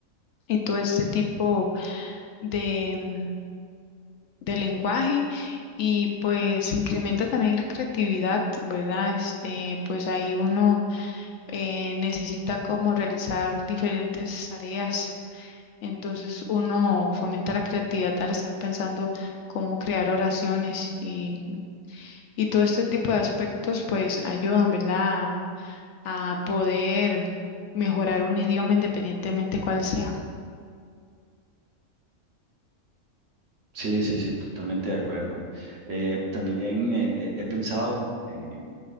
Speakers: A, on the left (about 65°); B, on the right (about 60°).
A: y todo este tipo de, mm, de lenguaje. Y pues incrementa también la creatividad, ¿verdad? Este, pues ahí uno eh, necesita como realizar diferentes tareas Entonces uno fomenta la creatividad al estar pensando cómo crear oraciones y, y todo este tipo de aspectos pues ayudan, ¿verdad? A poder mejorar un idioma independientemente cuál sea.
B: Sí, sí, sí, totalmente de acuerdo. Eh, también eh, eh, he pensado eh,